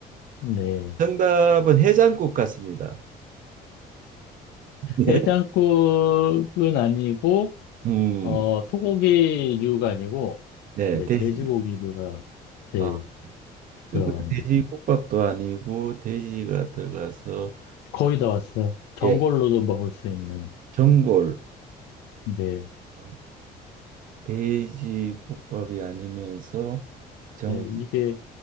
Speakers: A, on the left; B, on the right.
A: 네.
B: 정답은 해장국 같습니다. <laughs> 네.
A: 해장국은 아니고,
B: 음,
A: 어, 소고기류가 아니고,
B: 네,
A: 네,
B: 돼지.
A: 돼지고기류가, 네,
B: 아,
A: 들어갑니다.
B: 그러니까 돼지국밥도 아니고 돼지가 들어가서
A: 거의 다 왔어요. 전골로도
B: 예,
A: 먹을 수 있는,
B: 전골.
A: 네,
B: 어, 돼지국밥이 아니면서 전골로
A: 네, 이게